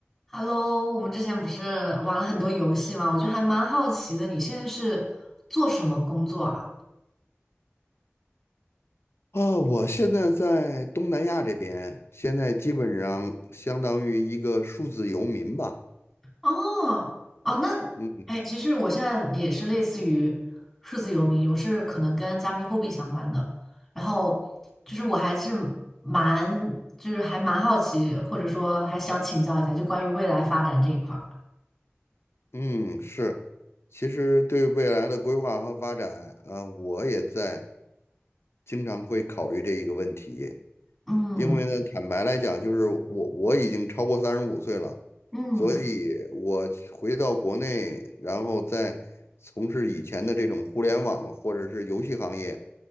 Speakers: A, in the centre; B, on the left.
A: Hello，我们之前不是玩了很多游戏吗？我就还蛮好奇的，你现在是做什么工作啊？
B: 啊，我现在在东南亚这边，现在基本上相当于一个数字游民吧。
A: 哦，哦，那，
B: 嗯
A: 哎，其实我现在也是类似于数字游民，我是可能跟加密货币相关的。然后就是我还是蛮，就是还蛮好奇，或者说还想请教一下，就关于未来发展这一块儿。
B: 嗯，是。其实对未来的规划和发展，啊，我也在经常会考虑这一个问题。
A: 嗯
B: 因为呢，坦白来讲，就是我我已经超过三十五岁了，
A: 嗯，
B: 所以我回到国内，然后再从事以前的这种互联网或者是游戏行业。